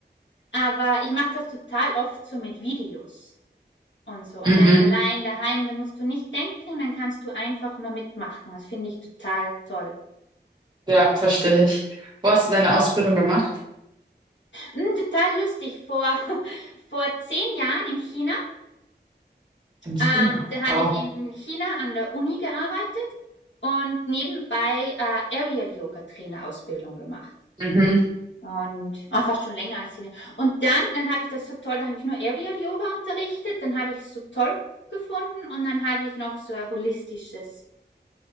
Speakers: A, on the left; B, on the right.
A: Aber ich mache das total oft so mit Videos und so. Und
B: Mhm.
A: dann allein daheim, dann musst du nicht denken, dann kannst du einfach nur mitmachen. Das finde ich total toll.
B: Ja, verstehe ich. Wo hast du deine Ausbildung gemacht?
A: Hm, total lustig. Vor, <laughs> vor zehn Jahren in China,
B: In China.
A: ähm, da habe
B: Wow.
A: ich in China an der Uni gearbeitet und nebenbei äh, Aerial Yoga Trainer Ausbildung gemacht.
B: Mhm.
A: Und ah, fast schon länger als Sina. Und dann, dann habe ich das so toll, dann habe ich nur Aerial Yoga unterrichtet, dann habe ich es so toll gefunden und dann habe ich noch so ein holistisches,